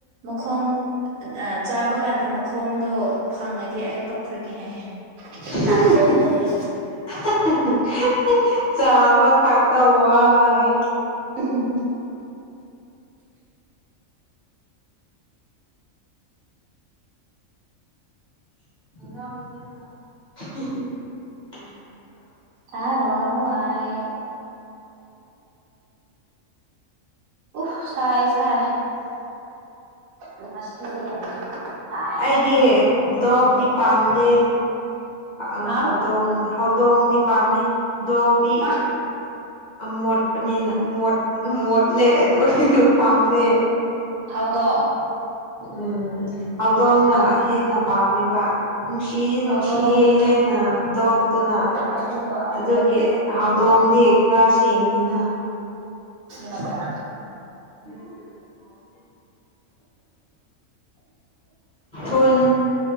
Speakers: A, on the right; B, on the left.
A: ꯃꯈꯣꯡ ꯑꯥ ꯆꯥꯕ ꯀꯥꯟꯗ ꯃꯈꯣꯡꯗꯣ ꯐꯪꯉꯗꯤ ꯑꯩ ꯇꯣꯛꯈ꯭ꯔꯅꯤ ꯍꯥꯏꯌꯦ
B: ꯍꯍ ꯍꯍ
A: ꯇꯜꯂꯦ
B: ꯍꯍ
A: ꯍꯥꯏꯌꯦ
B: ꯑ ꯍꯥ ꯍꯥ ꯍꯥ ꯍꯍ ꯆꯥꯕ ꯈꯥꯛꯇ ꯋꯥ ꯍꯥꯏꯌꯦ
A: ꯎꯍꯨꯝ ꯍꯨꯝ
B: ꯑ ꯍꯤ ꯍꯤ
A: ꯇꯥꯔꯣꯔꯋꯥꯏ ꯎꯐ ꯁꯥꯏ ꯁꯥꯏ ꯉꯁꯤꯗꯤ ꯌꯥꯝ ꯁꯥꯏ
B: ꯑꯩꯗꯤ ꯗꯣꯛ ꯇꯤ ꯇꯦ ꯑ
A: ꯍꯥ
B: ꯍꯧꯗꯣꯡ ꯍꯧꯗꯣꯡꯗꯤ ꯄꯥꯝꯃꯤ ꯗꯣꯛ ꯇꯤ
A: ꯍꯥ
B: ꯃꯣꯠꯄꯅꯤꯅ ꯃꯣꯠ ꯃꯣꯠꯂꯦ ꯑꯗꯨ ꯍꯤ ꯍꯨ ꯄꯥꯝꯗꯦ
A: ꯍꯧꯗꯣꯡ
B: ꯎꯝ ꯍꯧꯗꯣꯡꯅ
A: ꯍꯧ
B: ꯍꯦꯟꯅ ꯄꯥꯝꯃꯦꯕ ꯅꯨꯡꯁꯤꯗꯤ
A: ꯍꯧꯗꯣꯡꯒꯤ
B: ꯅꯨꯡꯁꯤꯌꯦ ꯍꯦꯟꯅ ꯗꯣꯛꯇꯨꯅ
A: ꯑꯗꯨꯗꯣ ꯑꯝꯇ
B: ꯑꯗꯨꯒꯤ
A: ꯄꯤꯕꯤꯌꯣ
B: ꯍꯧꯗꯣꯡꯗꯤ ꯈꯔ ꯁꯦꯡꯉꯤꯅ
A: ꯃꯆꯥ
B: <unintelligible> ꯊꯨꯟ